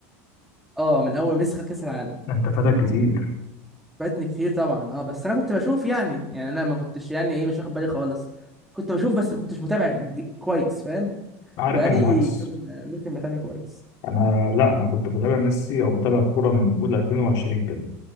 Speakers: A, in the centre; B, on the left (about 45°).
A: اه من اول ما ميسي خد كاس العالم
B: انت فاتك كتير
A: فاتني كتير طبعا اه بس انا كنت بشوف يعني يعني انا ما كنتش يعني ايه مش واخد بالي خالص كنت بشوف بس ما كنتش متابع ج- كويس فاهم
B: عارف
A: بقالي
B: انا العكس
A: كام موسم متابع كويس
B: انا لا انا كنت بتابع ميسي او بتابع الكورة من اول 2020 كده